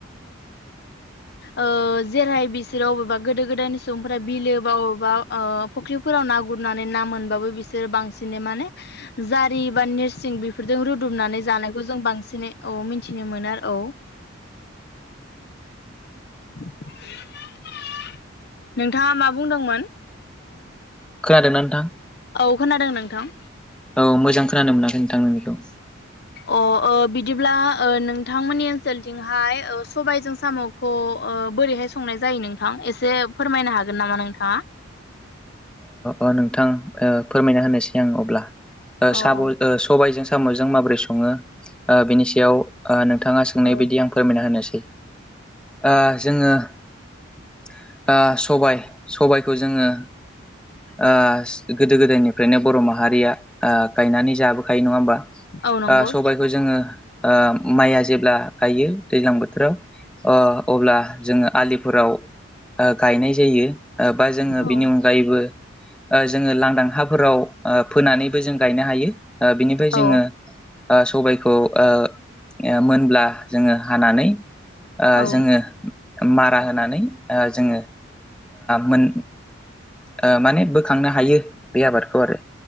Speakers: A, in the centre; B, on the left.
A: ज
B: ओ जेरहाय बिसोरो अबेबा गोदो गोदायनि सुबुंफोरा बिलो बा अबेबा ओ फुख्रिफोराव ना गुरनानै ना मोनो बिसोर बांसिन माने जरि बा नेरसिं बेफोरदों रु दुमनानै जानायखौ जों बांसिनै औ मिथिनो मोनो आरो औ। <inaudible> नोंथाङा मा बुंदोंमोन?
A: खोनादोंना नोंथां?
B: औ खोनादों नोंथां।
A: औ मोजां खोनानो मोनाखै नोंथां नोंनिखौ।
B: अह ओ बिदिब्ला नोंथांमोननि ओनसोलथिंहाय सबायजों साम'खौ ओ बोरैहाय संनाय जायो नोंथां एसे फोरमायनो हागोन नामा नोंथाङा?
A: ओ नोंथां फोरमायना होनोसै आं अब्ला। ओ
B: औ
A: साब-
B: औ
A: सबायजों साम'जों माबोरै सङो ओ बेनि सायाव नोंथाङा सोंनाय
B: औ
A: बायदि आं फोरमायना होनोस सै ओ जोङो ओ स सबाय सबायखौ जोङो ओ गोदो गोदायनिफ्रायनो बर' माहारिया गायनानै जाबोखायो, नङा होमबा?
B: औ नंगौ
A: ओ सबायखौ जोङो ओ माइआ जेब्ला गायो दैज्लां बो थोराव ओ अब्ला जोङो आलिफोराव गायनाय जायो बा जोङो
B: औ
A: बिनि अनगायैबो जोङो लांदां हाफोराव फोनानैबो जों गायनो हायो बिनिफ्राय जोङ
B: औ
A: ओ सबायखौ ओ मोनब्ला जोङो हानानै ओ
B: औ
A: जोङो मारा होनानै जोङो मोन ओ माने बोखांनो हायो बे आबादखौ आरो।